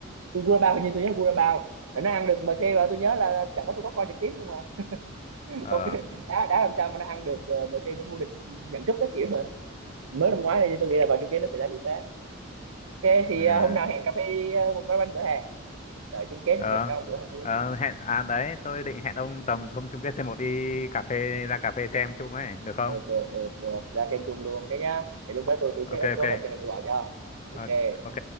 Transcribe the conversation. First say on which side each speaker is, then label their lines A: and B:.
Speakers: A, on the right (about 80°); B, on the left (about 35°).
A: Curacao hình như tôi nhớ Curacao là nó ăn được MC và tôi nhớ là chẳng có tôi có coi trực tiếp luôn mà <laughs>
B: ờ
A: không biết đá đá làm sao mà nó ăn được ờ, MC nó vô địch nhận cúp các kiểu mà mới năm ngoái này thì tôi nghĩ là vào chung kết nó sẽ đá kiểu khác ok thì
B: ừ
A: ờ, hôm nào hẹn cà phê đi ờ, một quán bánh bữa hè trời chung kết
B: ờ
A: mình gặp nhau bữa ăn
B: ờ, hẹn à đấy tôi định hẹn ông tầm thông chung kết C1 đi cà phê ra cà phê xem chung ấy được không
A: được được được được ra thêm chung luôn thế nhá để lúc đó tôi tôi check
B: ok
A: up có
B: ok
A: hợp đồng rồi tôi bảo cho
B: Ờ,
A: ok
B: ok